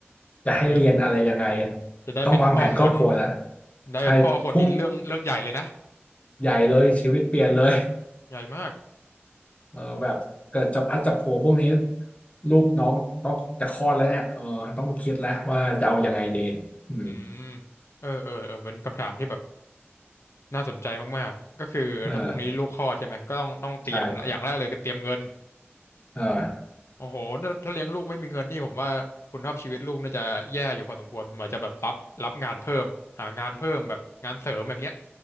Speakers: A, on the left; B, on the left.
A: โอ้โห
B: จะให้เรียนอะไรยังไง
A: จะได้เป็นพ่อคน
B: ต้องวางแผนครอบครัวละ
A: ได้เป็นพ่อคนนี่เรื่องเรื่องใหญ่เลยนะ
B: ใช่พุ่งใหญ่เลยชีวิตเปลี่ยนเลย
A: ใหญ่มาก
B: เออแบบเกิดจะพัดจะโผพรกนี้ลูกน้องต้องจะคลอดแล้วเนี่ยเออต้องคิดแล้วว่าจะเอายังไงดีอืม
A: อืมเออเออเออเป็นคำถามที่แบบน่าสนใจมากๆก็คือถ้าพรุ่งนี้ลูกคลอดใช่ไหมก็ต้องต้องเตรียมอย่างแรกเลยคือเตรียมเงิน
B: เออใช่เออ
A: โอ้โหถ้าถ้าเลี้ยงลูกไม่มีเงินนี่ผมว่าคุณภาพชีวิตลูกน่าจะแย่อยู่พอสมควรผมอาจจะแบบรับรับงานเพิ่มหางานเพิ่มแบบงานเสริมอย่างเงี้ย